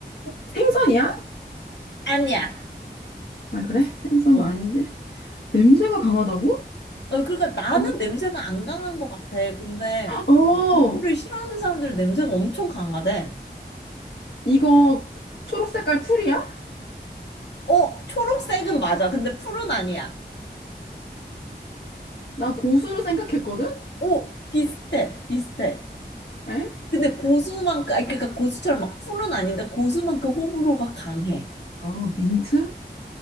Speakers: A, on the left; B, on the left.
A: 생선이야?
B: 아니야.
A: 아, 그래? 생선
B: 어.
A: 아닌데? 냄새가 강하다고?
B: 어, 그러니까 나는
A: 음.
B: 냄새가 안 강한 것 같아. 근데
A: 어,
B: 이거를 싫어하는 사람들은 냄새가 엄청 강하대.
A: 이거 초록 색깔 풀이야?
B: 어, 초록색은 맞아. 근데 푸른 아니야.
A: 나 고수를 생각했거든?
B: 오, 비슷해. 비슷해.
A: 에?
B: 근데 고수만큼, 아니, 그러니까 고수처럼 막 풀은 아닌데 고수만큼 호불호가 강해.
A: 어, 민트?